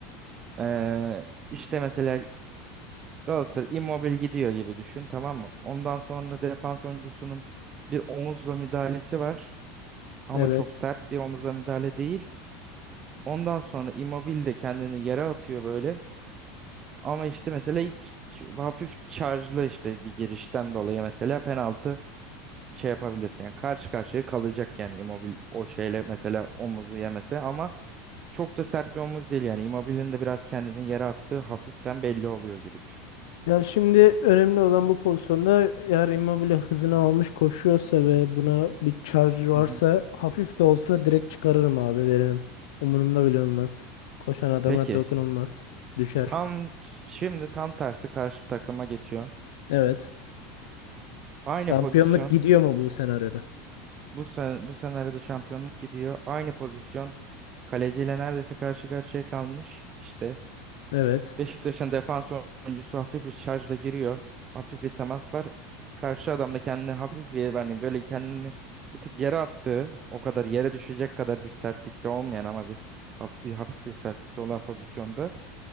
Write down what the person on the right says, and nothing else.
Ee, işte mesela Galatasaray Immobile gidiyor gibi düşün tamam mı? Ondan sonra defans oyuncusunun bir omuzla müdahalesi var ama
çok sert bir omuzla müdahale değil. Ondan sonra Immobile de kendini yere atıyor böyle. Ama işte mesela ilk ç- ç- hafif charge'lı işte bir girişten dolayı mesela penaltı şey yapabilirsin. Yani karşı karşıya kalacak yani Immobile o şeyle mesela omuzu yemese ama Çok da sert bir omuz değil yani. Immobile'nin de biraz kendini yere attığı hafiften belli oluyor gibi düşün.
Hı hı.
Peki.
Tam şimdi tam tersi karşı takıma geçiyor.
Aynı
pozisyon.
Bu sen, bu senaryoda şampiyonluk gidiyor. Aynı pozisyon. Kaleciyle neredeyse karşı karşıya kalmış. İşte
Beşiktaş'ın defans oyuncusu hafif bir şarjla giriyor. Hafif bir temas var. Karşı adam da kendini hafif bir yani böyle kendini bir tık yere attığı o kadar yere düşecek kadar bir sertlikte olmayan ama bir, ha- bir hafif bir sertlikte olan pozisyonda